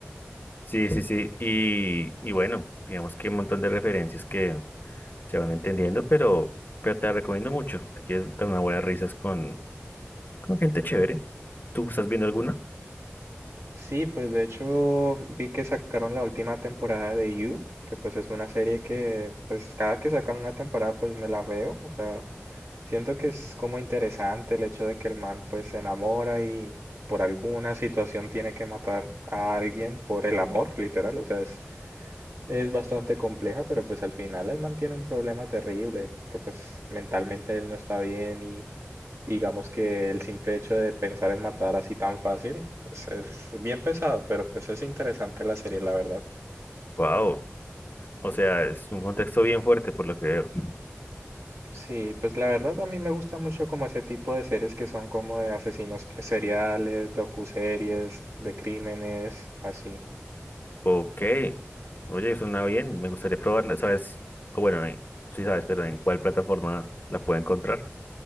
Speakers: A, on the left; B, on the right.
A: Sí, sí, sí, y, y bueno, digamos que un montón de referencias que se van entendiendo, pero, pero te la recomiendo mucho. Te quieres dar unas buenas risas con, con gente chévere. ¿Tú estás viendo alguna?
B: Sí, pues de hecho vi que sacaron la última temporada de You, que pues es una serie que pues cada que sacan una temporada pues me la veo, o sea, Siento que es como interesante el hecho de que el man pues se enamora y por alguna situación tiene que matar a alguien por el amor, literal. O sea, es, es bastante compleja, pero pues al final el man tiene un problema terrible, porque pues mentalmente él no está bien y digamos que el simple hecho de pensar en matar así tan fácil, pues es bien pesado, pero pues es interesante la serie, la verdad.
A: Wow. O sea, es un contexto bien fuerte por lo que veo.
B: Sí, pues la verdad a mí me gusta mucho como ese tipo de series que son como de asesinos que- seriales, docuseries, de crímenes, así.
A: Ok. Oye, suena bien. Me gustaría probarla. ¿Sabes? O bueno, eh, sí sabes, pero ¿en cuál plataforma la puedo encontrar?